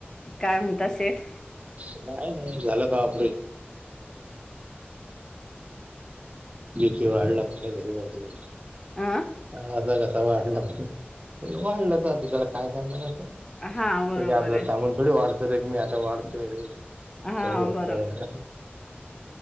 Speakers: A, on the left; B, on the right.
A: काय म्हणता सेठ.
B: काय नाही झालं काम. <unintelligible> <unintelligible> फी वाढला म्हणल घरी बसल.
A: आ!
B: अ असा कसा वाढला, वाढलतर आता त्याला काय करणार. कधी
A: हा बरोबर
B: आपल्याला सांगून थोडी वाढ तर ऐक मी आता वाढतोय रे-
A: आहे हा
B: कमी व्हतंय.
A: बरोबर